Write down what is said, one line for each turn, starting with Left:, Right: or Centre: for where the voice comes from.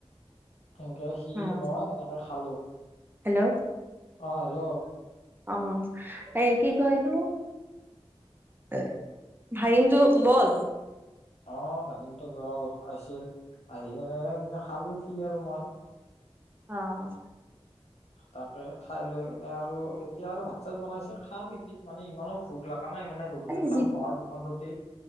Left: সেনেকে সি
Right: অ',
Left: মই এনেকে খালো
Right: হেল্ল'
Left: অ হেল্ল'
Right: অ এ কি কয় এইটো এ ভাগিনটো গ'ল
Left: অ ভাগিনটো গল আছিল আহিকেনে এ খালো সি আৰু মই
Right: অ
Left: তাকে খাই লৈ মানে আৰু এতিয়া আৰু ভাত চাত বনাইছে খাম এ মানে ইমানো ভোক লাগা আমাৰ মানে মই
Right: আজি
Left: খালো
Right: যি
Left: নহয় দুখন ৰুটি